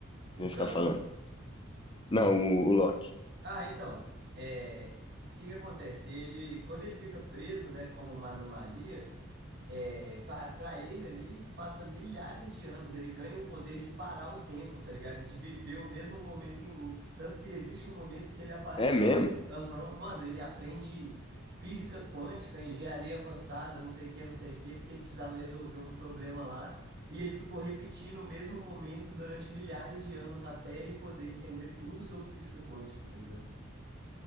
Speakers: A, on the left; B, on the right.
A: Que
B: o
A: nem você
B: Kang,
A: tá falando. Não, o, o Loki.
B: ah, então, é, o que que acontece? Ele, quando ele fica preso, né, como uma anomalia, É, para ele ali, passa milhares de anos, ele ganha o poder de parar o tempo, tá ligado? De viver o mesmo momento em loop. Tanto que existe um momento que ele, apa-
A: É
B: ele,
A: mesmo? <laughs>
B: aham, mano, ele aprende física quântica, engenharia avançada, não sei o que, não sei o que, porque ele precisava resolver um problema lá, e ele ficou repetindo o mesmo momento durante milhares de anos até ele poder entender tudo sobre física quântica, tá ligado?